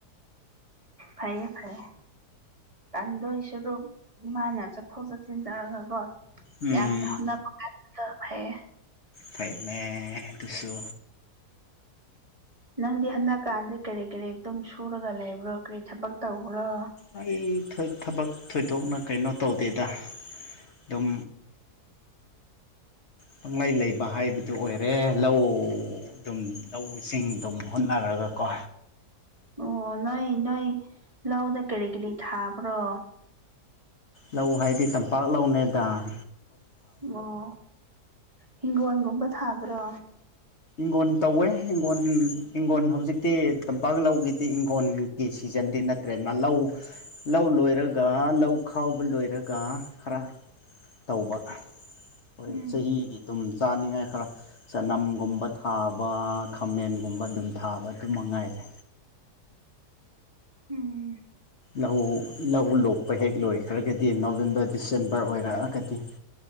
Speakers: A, on the right; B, on the left.
A: ꯐꯩꯌꯦ ꯐꯩꯌꯦ ꯇꯥꯟꯗꯣꯏ ꯁꯔꯨ ꯃꯥꯅ ꯆꯠꯊꯣꯛ ꯆꯠꯁꯤꯟ ꯇꯧꯔꯒꯀꯣ
B: ꯎꯝ
A: ꯌꯥꯝꯅ ꯍꯣꯠꯅꯕ ꯀꯥꯟꯗ ꯐꯌꯦ
B: ꯐꯥꯏꯃꯦ ꯇꯨ ꯁꯨ
A: ꯅꯪꯗꯤ ꯍꯟꯗꯛꯀꯥꯟꯗ ꯀꯔꯤ ꯀꯔꯤ ꯑꯗꯨꯝ ꯁꯨꯔꯒ ꯂꯩꯕ꯭ꯔꯣ ꯀꯔꯤ ꯊꯕꯛ ꯇꯧꯕ꯭ꯔꯣ
B: ꯑꯩ ꯊꯕꯛ ꯊꯣꯏꯗꯣꯛꯅ ꯀꯩꯅꯣ ꯇꯧꯗꯦꯗ ꯗꯝ ꯄꯪꯂꯪꯂꯩ ꯂꯩꯕ ꯍꯥꯏꯕꯗꯨ ꯑꯣꯏꯔꯦ ꯂꯧ ꯑꯗꯨꯝ ꯂꯧꯁꯤꯡ ꯑꯗꯨꯝ ꯍꯣꯠꯅꯔꯒꯀꯣ
A: ꯑꯣ ꯅꯣꯏ ꯅꯣꯏ ꯂꯧꯗ ꯀꯔꯤ ꯀꯔꯤ ꯊꯥꯕ꯭ꯔꯣ
B: ꯂꯧ ꯍꯥꯏꯗꯤ ꯇꯝꯄꯥꯛ ꯂꯧꯅꯦꯗꯥ
A: ꯑꯣ ꯍꯤꯡꯒꯣꯣꯟꯒꯨꯝꯕ ꯊꯥꯕ꯭ꯔꯣ
B: ꯍꯤꯡꯈꯣꯟ ꯇꯧꯋꯦ ꯍꯤꯡꯈꯣꯟ ꯏꯤꯡꯈꯣꯟ ꯍꯧꯖꯤꯛꯇꯤ ꯇꯝꯄꯥꯛ ꯂꯧꯈꯤꯗꯤ ꯏꯤꯡꯈꯣꯟ ꯁꯤꯖꯟꯗꯤ ꯅꯠꯇ꯭ꯔꯦ ꯅꯥꯂꯧ ꯂꯧ ꯂꯣꯏꯔꯒ ꯂꯧ ꯈꯥꯎꯕ ꯂꯣꯏꯔꯒ ꯈꯔ ꯇꯧꯕ ꯍꯣꯏ
A: ꯎꯝ
B: ꯆꯍꯤꯒꯤ ꯑꯗꯨꯝ ꯆꯥꯅꯤꯡꯉꯥꯏ ꯈꯔ ꯆꯅꯝꯒꯨꯝ ꯄꯊꯥꯕ ꯈꯥꯃꯦꯟꯒꯨꯝꯕ ꯑꯗꯨꯝ ꯊꯥꯕ ꯑꯗꯨ ꯃꯉꯥꯏꯔꯦ
A: ꯎꯝ
B: ꯂꯧ ꯂꯧ ꯂꯣꯛꯄ ꯍꯦꯛ ꯂꯣꯏꯈ꯭ꯔꯒꯗꯤ ꯅꯣꯕꯦꯝꯕꯔ ꯗꯤꯁꯦꯝꯕꯔ ꯑꯣꯏꯔꯛꯑꯒꯗꯤ